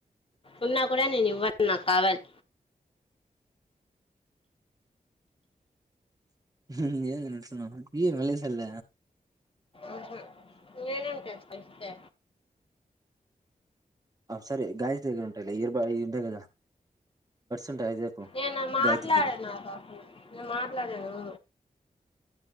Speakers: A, on the left; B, on the right.
A: ఉన్నా కూడా నేను ఇవ్వను నాకు కావాలి
B: హ ఏం నడసన్నా ఈయ మలేసల్
A: ఆహా నేనేం చేస్ ఇస్తే
B: ఆ సరే గాయత్రి దగ్గర ఉంటాయి లే ఇయర్ బర్డ్స్ ఏ కదా ఉంటాయి అవి తేపో
A: ఏ నా మాట్లాడే
B: గాయత్రి దగ్గర
A: నా పాప మాట్ మాట్లాడను